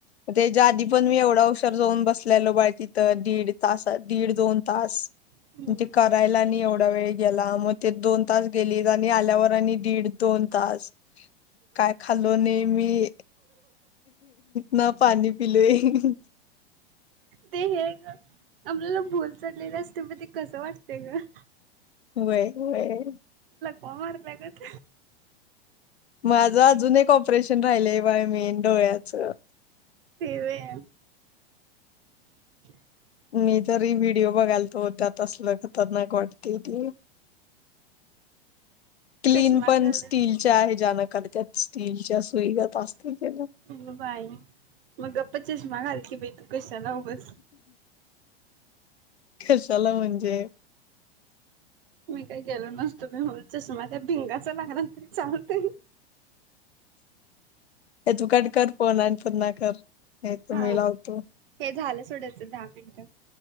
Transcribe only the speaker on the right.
हम्म
ते हे ग आपल्याला भुल चढलेल असते, मग ते कसं वाटतय गं
पार लागत.
ते व्हय <inaudible>
चष्मा
घालायचा
की
अग बाई मग गप्प चष्मा घाल की बाई तू कशाला बस
मी काही गेलो नसतो मी मुचस माझ्या भिंगाच लागणार तरी चालते
हा
हे झालं सोडायचं दहा मिनिटं